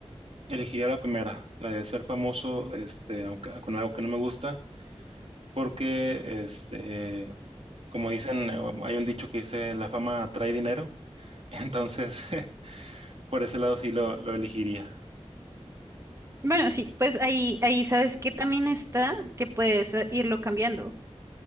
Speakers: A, on the right (about 60°); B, on the right (about 25°).
A: elegiría la primera, la de ser famoso, este, aunque con algo que no me gusta, porque este como dicen, eh, hay un dicho que dice, la fama trae dinero, <laughs> entonces <laughs> por ese lado sí lo, lo elegiría.
B: Bueno, sí, pues ahí, ahí sabes que también está que puedes eh, irlo cambiando.